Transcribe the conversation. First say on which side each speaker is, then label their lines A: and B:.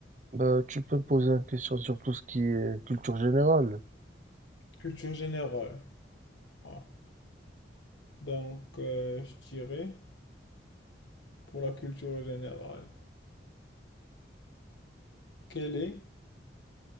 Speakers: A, on the right; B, on the left.
A: Bah, tu peux me poser une question sur tout ce qui est culture générale.
B: Culture générale. Voilà. Donc euh, je dirais, pour la culture générale, quel est